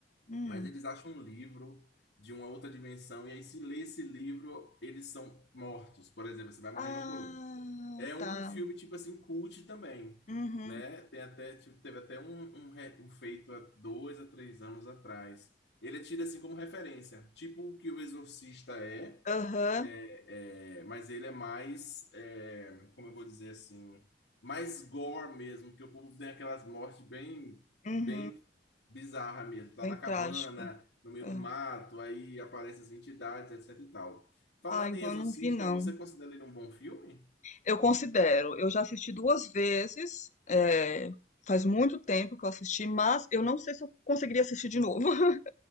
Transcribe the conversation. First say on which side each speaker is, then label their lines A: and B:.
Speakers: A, on the left; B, on the left.
A: hum.
B: Mas eles acham um livro de uma outra dimensão, e aí, se lê esse livro, eles são mortos. Por exemplo, você vai morrendo
A: Ah,
B: um por um. É um
A: tá.
B: filme, tipo assim, cult também,
A: Uhum.
B: né? Tem até, tipo, teve até um, um, re- um feito há dois a três anos atrás. Ele é tido, assim, como referência. Tipo o que o Exorcista é,
A: Aham.
B: é, é, mas ele é mais, é, como eu vou dizer assim, mais gore mesmo, que o povo tem aquelas mortes bem,
A: Uhum.
B: bem bizarra mesmo. Tá
A: Bem
B: na
A: trágico.
B: cabana, no meio
A: É.
B: do mato, aí aparecem as entidades, etc e tal. Falando
A: Ah, então
B: em Exorcista,
A: eu não vi, não.
B: você considera ele um bom filme?
A: Eu considero. Eu já assisti duas vezes. é, faz muito tempo que eu assisti, mas eu não sei se eu conseguiria assistir de novo. <laughs>